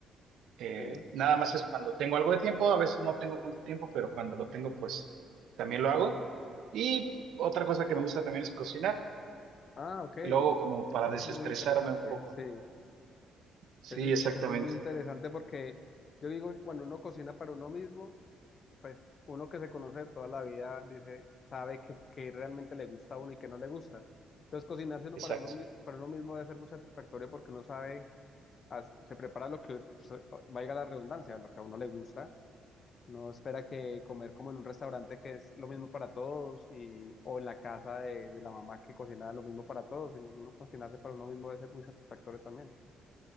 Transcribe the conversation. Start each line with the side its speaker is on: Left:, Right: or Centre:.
Right: eh,
Left: sí.
Right: nada más es cuando tengo algo de tiempo, a veces no tengo tanto tiempo, pero cuando lo tengo, pues también lo hago. Y otra cosa que me gusta también es cocinar,
Left: Ah, ok. Eso
Right: y lo hago como para desestresarme
Left: es muy interesante,
Right: un poco.
Left: sí.
Right: Sí,
Left: Eso es,
Right: exactamente,
Left: eso es muy interesante porque yo digo que cuando uno cocina para uno mismo, pues uno que se conoce de toda la vida dice, sabe que, que realmente le gusta a uno y que no le gusta. Entonces cocinarse uno
Right: exacto.
Left: para uno, mi- para uno mismo debe ser muy satisfactorio porque uno sabe, as- se prepara lo que, pues, eh, valga la redundancia, lo que a uno le gusta. No espera que comer como en un restaurante que es lo mismo para todos y, o en la casa de, de la mamá que cocina lo mismo para todos, sino uno cocinarse para uno mismo debe ser muy satisfactorio también.